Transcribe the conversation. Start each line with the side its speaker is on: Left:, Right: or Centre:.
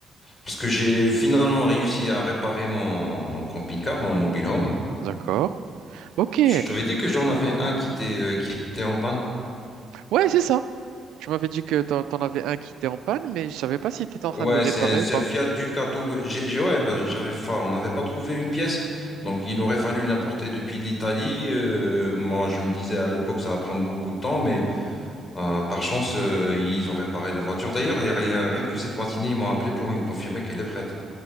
Left: Parce que j'ai finalement réussi à réparer mon, mon camping-car, mon mobile home.
Right: D'accord. Ok,
Left: Je t'avais dit que j'en avais un qui était, euh, qui était en panne.
Right: ouais, c'est ça. Tu m'avais dit que t'en, t'en avais un qui était en panne, mais je savais pas si t'étais en
Left: Ouais,
Right: train de le réparer
Left: c'est un, c'est
Right: ou pas.
Left: un Fiat Ducato. Mais J'ai, j'ai- ouais, bah, j'avais, enfin, on n'avait pas trouvé une pièce, donc il aurait fallu l'importer depuis l'Italie. Euh, moi, je me disais à l'époque, ça va prendre beaucoup de temps, mais euh, par chance, euh, ils ont réparé la voiture. D'ailleurs, et rien, rien que cette matinée, ils m'ont appelé pour me confirmer qu'elle est prête.